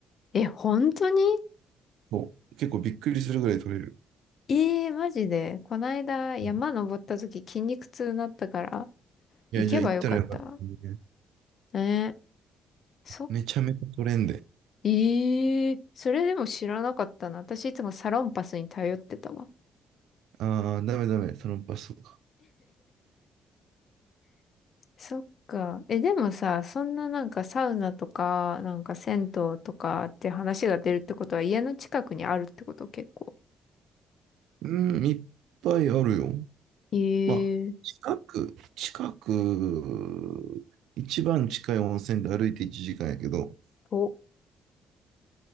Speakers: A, on the left; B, on the right.
A: え、本当に
B: そう結構びっくりするぐらい取れる。
A: えー、マジで。こないだ山登った時筋肉痛になったから、
B: うんいや、
A: 行けばよかった。
B: じゃあ行ったらよかったね。
A: えー、そ、
B: めちゃめちゃ取れんで。
A: えー、それでも知らなかったな。私いつもサロンパスに頼ってたわ。
B: ああ、ダメダメ、そのパスとか。
A: そっか。え、でもさ、そんななんかサウナとか、なんか銭湯とかって話が出るってことは家の近くにあるってこと結構。
B: うん、いっぱいあるよ。
A: え
B: まあ、
A: えー、
B: 近く、近く、一番近い温泉で歩いて1時間やけど、
A: と、